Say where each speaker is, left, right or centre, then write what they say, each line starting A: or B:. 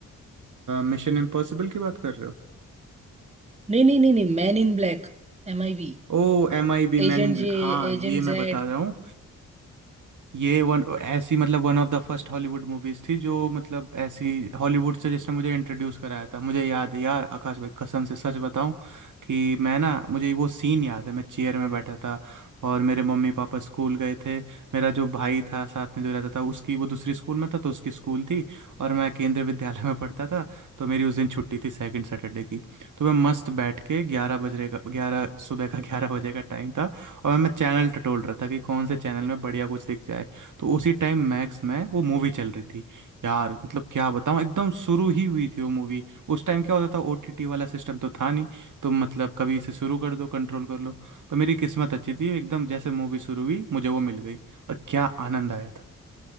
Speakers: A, on the right; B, on the right.
A: मिशन इम्पॉसिबल की बात कर रहे हो
B: नहीं नहीं नहीं नहीं man in black MIB
A: ओ M I B
B: agent
A: Men in Black
B: J
A: हाँ ये
B: agent Z
A: मैं बता रहा हूँ ये वन ऐसी मतलब one of the first Hollywood movies थी जो मतलब ऐसी हॉलीवुड से जिसने मुझे इंट्रोड्यूस कराया था मुझे याद है यार आकाश भाई कसम से सच बताऊं कि मैं ना मुझे वो सीन याद है मैं चेयर में बैठा था और मेरे मम्मी पापा स्कूल गए थे मेरा जो भाई था साथ में जो रहता था उसकी वो दूसरी स्कूल में था तो उसकी स्कूल थी और मैं केंद्रीय विद्यालय में पढ़ता था तो मेरी उस दिन छुट्टी थी सेकंड सैटरडे की तो मैं मस्त बैठ के ग्यारह बजे का ग्यारह सुबह का ग्यारह बजे का टाइम था और मैं चैनल टटोल रहा था कि कौन से चैनल में बढ़िया कुछ दिख जाए तो उसी टाइम मैक्स में वो मूवी चल रही थी यार मतलब क्या बताऊँ एकदम शुरू ही हुई थी वो मूवी उस टाइम क्या होता था ओटीटी वाला सिस्टम तो था नहीं तो मतलब कभी इसे शुरू कर दो कंट्रोल कर लो तो मेरी किस्मत अच्छी थी एकदम जैसे मूवी शुरू हुई मुझे वो मिल गई और क्या आनंद आया था